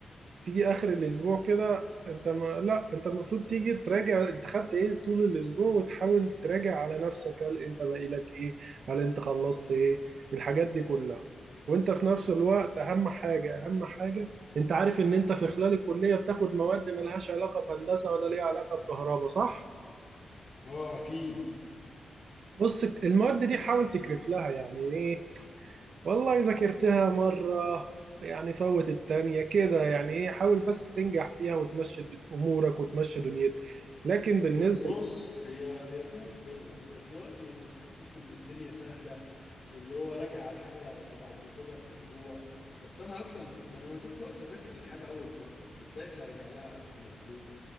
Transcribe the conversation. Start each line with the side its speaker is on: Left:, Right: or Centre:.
Right: تيجي آخر الأسبوع كده أنت ما لا أنت المفروض تيجي تراجع أنت خدت إيه طول الأسبوع وتحاول تراجع على نفسك هل أنت باقي لك إيه هل أنت خلصت إيه الحاجات دي كلها وأنت في نفس الوقت أهم حاجة أهم حاجة أنت عارف إن أنت في خلال الكلية بتاخد مواد ملهاش علاقة بهندسة ولا ليها علاقة بكهرباء صح؟
Left: اه اكيد
Right: بص المواد دي حاول تكرف لها يعني ايه والله ذاكرتها مرة يعني فوت التانية كده يعني ايه حاول بس تنجح فيها وتمشي د- امورك وتمشي دنيتك لكن بالنسبة
Left: بس بص هي هي في مشكلة انت دلوقتي بتحسسني ان الدنيا سهلة واللي هو راجع على الحاجة بعد ما اخدها باسبوع بس انا اصلا ده انا ما فيش وقت اذاكر الحاجة اول مرة ازاي هرجع لها اخر الاسبوع